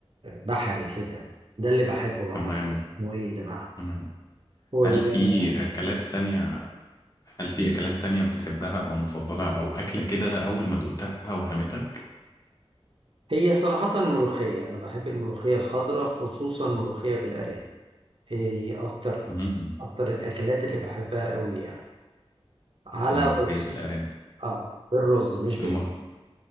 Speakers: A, on the right; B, on the left.
A: بحري كده ده اللي بحبه بقى
B: تمام
A: ما أعرفش اسمه ايه ده بقى
B: تمام
A: هو
B: هل
A: ده اللي
B: في
A: أنا
B: أكلات تانية هل في أكلات تانية بتحبها أو مفضلة أو أكلة كده أول ما دقتها وهمتك؟
A: هي صراحة الملوخية أنا بحب الملوخية الخضراء خصوصا الملوخية بالأرانب هي دي أكتر
B: مم.
A: أكتر الأكلات اللي بحبها أوي يعني على
B: الملوخية
A: رز
B: بالأرانب
A: آه بالرز مش بالعيش
B: الم-